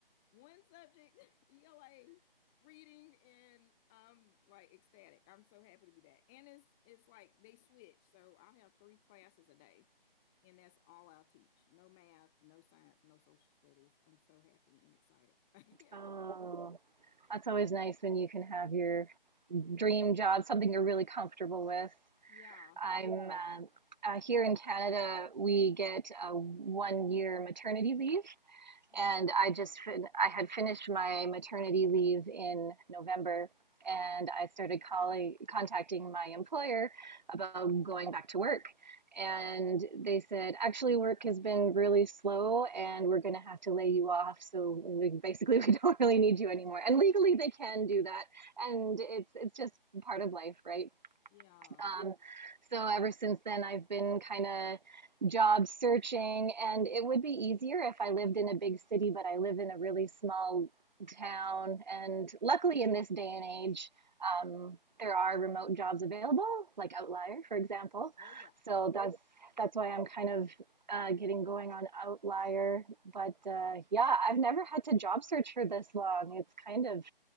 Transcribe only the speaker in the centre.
one subject, <laughs> ELA reading, and I'm like ecstatic. I'm so happy to be back. And it's it's like they switch, so I have three classes a day. And that's all I'll teach. No math, no science, no social studies. I'm so happy and excited. <laughs> I can't
wait.
Yeah.
Nice.
Yeah.
Oh yeah.